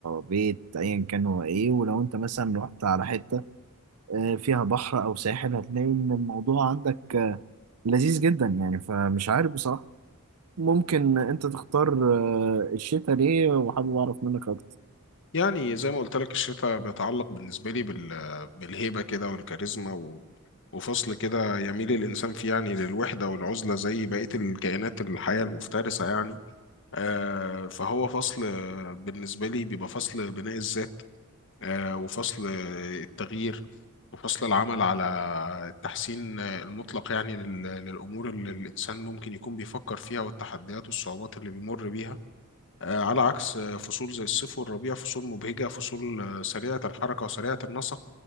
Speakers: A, on the right; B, on the left.
A: بيت أيا كان هو إيه ولو أنت مثلا رحت على حتة آه، فيها بحر أو ساحل هتلاقي إن الموضوع عندك لذيذ جدا يعني فمش عارف بصراحة ممكن انت تختار آه، الشتاء ليه وحابب اعرف منك اكتر
B: يعني زي ما قلت لك الشتاء بيتعلق بالنسبة لي بال... بالهيبة كده والكاريزما و... وفصل كده يميل الإنسان فيه يعني للوحدة والعزلة زي بقية الكائنات الحية المفترسة يعني آه فهو فصل آه، بالنسبة لي بيبقى فصل بناء الذات آه وفصل آه، التغيير وفصل العمل على التحسين آه، المطلق يعني لل... للأمور اللي الإنسان ممكن يكون بيفكر فيها والتحديات والصعوبات اللي بيمر بيها آه، على عكس آه، فصول زي الصيف والربيع فصول مبهجة فصول آه، سريعة الحركة وسريعة النسق